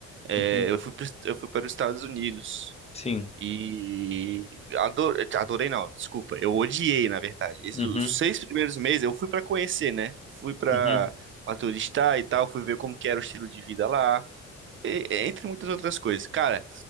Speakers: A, on the right; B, on the left.
A: É,
B: Uhum.
A: eu fui, pro- eu fui para os Estados Unidos
B: Sim.
A: e adorei, adorei não, desculpa, eu odiei, na verdade. Esses,
B: Uhum.
A: os seis primeiros meses eu fui para conhecer, né? Fui para
B: Uhum.
A: turistar e tal, fui ver como que era o estilo de vida lá, e- entre muitas outras coisas. Cara,